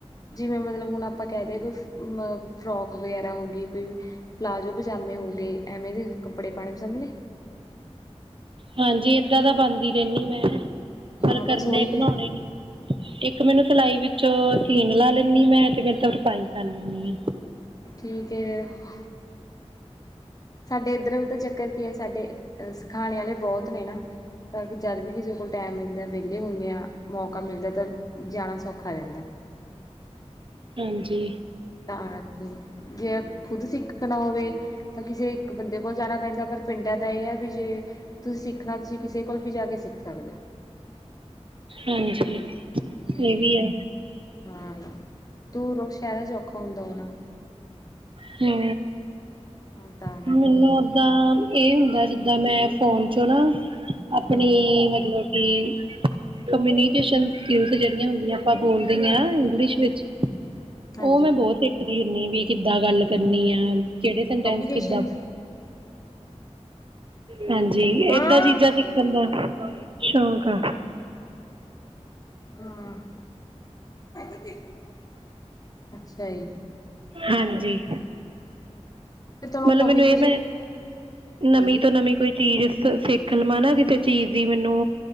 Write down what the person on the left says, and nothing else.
ਜਿਵੇਂ ਮਤਲਬ ਹੁਣ ਆਪਾਂ ਕਹਿ ਦਈਏ ਅ ਫਰੋਕ ਵਗੈਰਾ ਹੋ ਗਈ, ਕੋਈ ਪਲਾਜ਼ੋ ਪਜਾਮੇ ਹੋ ਗਏ, ਐਵੇਂ ਦੇ ਕੱਪੜੇ ਪਾਉਣੇ ਪਸੰਦ ਨੇ।
ਹਾਂ
ਬਸ
ਉਹੀ
ਹੈ
ਠੀਕ ਹੈ ਫਿਰ ਸਾਡੇ ਇੱਧਰ ਉਧਰ ਚੱਕਰ ਕੀ ਸਾਡੇ ਸਿਖਾਣੇ ਵਾਲੇ ਬਹੁਤ ਨੇ ਨਾ, ਤਾਂ ਜਦ ਵੀ ਕਿਸੇ ਕੋਲ ਟਾਈਮ ਮਿਲਦਾ ਵਿਹਲੇ ਹੁੰਦੇ ਹਾਂ, ਮੌਕਾ ਮਿਲਦਾ ਤਾਂ ਜਾਣਾ ਸੌਖਾ ਰਹਿੰਦਾ।
ਤਾਂ ਕਰਕੇ ਜੇ ਖੁੱਦ ਸਿੱਖਣਾ ਹੋਵੇ ਤਾਂ ਕਿਸੇ ਇੱਕ ਬੰਦੇ ਕੋਲ ਜਾਣਾ ਪੈਂਦਾ ਪਰ ਪਿੰਡਾਂ ਦਾ ਇਹ ਆ ਬੀ ਜੇ ਤੁਸੀਂ ਸਿੱਖਣਾ ਤੁਸੀਂ ਕਿਸੇ ਕੋਲ ਵੀ ਜਾ ਕੇ ਸਿੱਖ ਸਕਦੇ ਹੋ।
ਹਮ
ਹਾਂ ਦੂਰ ਸ਼ਹਿਰਾਂ ਚ ਔਖਾ ਹੁੰਦਾ ਹੋਣਾ।
ਹਾਂ ਤਾਂ ਕਰਕੇ
ਹੂੰ
ਹਾਂਜੀ
ਕਮਿਊਨੀਕੇਸ਼ਨ
ਹਾਂ
ਹਾਂ <inaudible> ਅੱਛਾ ਜੀ
ਫਿਰ ਤੁਹਾਨੂੰ
ਕਮਿਊਨੀਕੇਸ਼ਨ
ਹਾਂਜੀ